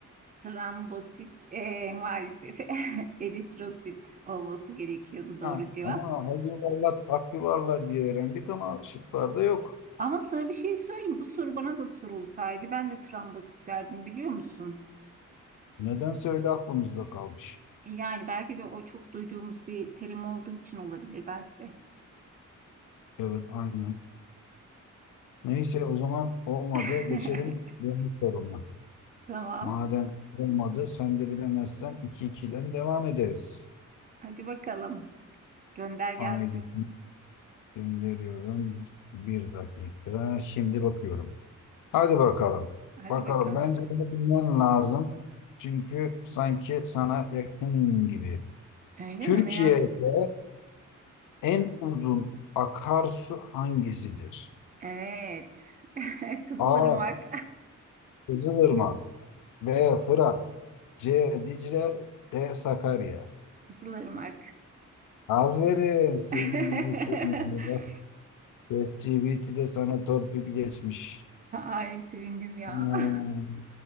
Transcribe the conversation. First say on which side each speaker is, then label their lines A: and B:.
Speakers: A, on the right (about 30°); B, on the left (about 90°).
A: trombosit ee, maalesef <laughs> eritrosit olması gerekiyordu doğru
B: Tamam.
A: cevap.
B: Ama hal yuvarlat, ak yuvarlar diye öğrendik ama şıklarda yok.
A: Ama sana bir şey söyleyeyim. Bu soru bana da sorulsaydı ben de trombosit derdim biliyor musun?
B: Nedense öyle aklımızda kalmış.
A: Yani belki de o çok duyduğumuz bir terim olduğu için olabilir belki de.
B: Evet aynen. Neyse o zaman olmadı.
A: <laughs>
B: Geçelim benim soruma.
A: Tamam.
B: Madem olmadı sen de bilemezsen 2-2'den devam ederiz.
A: Hadi bakalım. Gönder gelsin.
B: Haydi gönderiyorum. Bir dakika. Şimdi bakıyorum. Hadi bakalım.
A: Hadi
B: Bakalım.
A: bakın.
B: Bence bunu bilmen lazım. Çünkü sanki sana yakın gibi.
A: Öyle
B: Türkiye'de
A: mi merak?
B: en uzun akarsu hangisidir?
A: Evet. <laughs> Kızılırmak.
B: A. Kızılırmak. B. Fırat. C. Dicle. D. Sakarya.
A: <laughs> Kızılırmak.
B: Aferin seni
A: <laughs>
B: gidi seni. Bak, ChatGPT de sana torpil geçmiş.
A: Ay sevindim ya.
B: Hmm,
A: <laughs>